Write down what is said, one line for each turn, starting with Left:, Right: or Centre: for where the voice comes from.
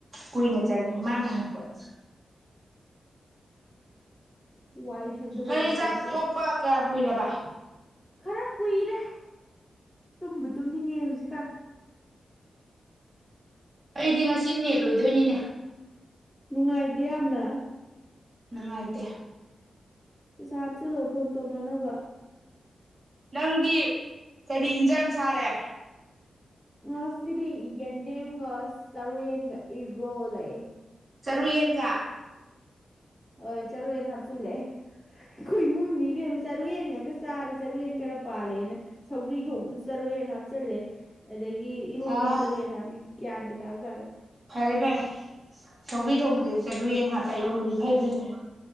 Right: ꯀꯨꯏꯅ ꯆꯪꯉꯦ ꯏꯃꯥꯟ ꯃꯥꯟꯅꯄꯣꯠꯅ
Centre: <inaudible> ꯁꯪꯗꯣꯛꯄ
Right: ꯑꯩ
Centre: ꯃꯤꯅꯤꯠ
Right: ꯆꯥꯛ
Centre: ꯇꯧꯊꯣꯛꯑꯣ
Right: ꯊꯣꯛꯣꯛꯄ ꯀꯌꯥꯝ ꯀꯨꯏꯔꯕ
Centre: ꯈꯔ ꯀꯨꯏꯔꯦ ꯇꯨꯝꯕ ꯇꯨꯝꯅꯤꯡꯉꯦ ꯍꯧꯖꯤꯛꯀꯥꯟ
Right: ꯑꯩꯗꯤ ꯉꯁꯤ ꯅꯦꯠ ꯂꯣꯏꯗꯣꯏꯅꯤꯅꯦ
Centre: ꯅꯨꯡꯉꯥꯏꯗꯦ ꯌꯥꯝꯅ
Right: ꯅꯨꯡꯉꯥꯏꯇꯦ
Centre: ꯄꯩꯁꯥ ꯍꯥꯞꯆꯤꯂꯣ ꯐꯣꯟ ꯇꯧꯅꯅꯕ
Right: ꯅꯪꯗꯤ ꯀꯔꯤ ꯍꯤꯟꯖꯥꯡ ꯁꯥꯔꯦ
Centre: ꯉꯁꯤꯗꯤ ꯌꯦꯟꯗꯦꯝꯒ ꯆꯔꯦꯟꯒ ꯏꯔꯣꯜꯂ
Right: ꯆꯔꯨ ꯌꯦꯟꯒ
Centre: ꯍꯣꯏ ꯆꯔꯨꯌꯦꯅ ꯍꯥꯞꯆꯤꯜꯂꯦ ꯑꯩꯈꯣꯏ ꯏꯃꯨꯡꯅꯤꯕ ꯆꯔꯨꯌꯦꯟ ꯉꯥꯛꯛꯇ ꯆꯥꯔꯦ ꯆꯔꯨ ꯌꯦꯟ ꯈꯔ ꯄꯥꯜꯂꯦꯅ ꯁꯧꯒ꯭ꯔꯤ ꯊꯣꯡꯕꯗ ꯆꯔꯨꯌꯦꯟ ꯍꯥꯞꯆꯤꯜꯂꯦ ꯑꯗꯒꯤ ꯏꯔꯣꯝꯗ
Right: ꯑꯥ
Centre: ꯆꯔꯨꯌꯦꯟ ꯍꯥꯄꯤ ꯒ꯭ꯌꯥꯟꯒ ꯇꯥꯕ ꯖꯥꯠ ꯅꯠꯇꯦ
Right: ꯐꯔꯦ ꯐꯔꯦ ꯁꯧꯒ꯭ꯔꯤ ꯊꯣꯡꯕꯗꯁꯨ ꯆꯔꯨꯌꯦꯟ ꯍꯥꯞꯄ ꯏꯔꯣꯝꯕꯗꯁꯨ ꯐꯔꯦ ꯐꯔꯦ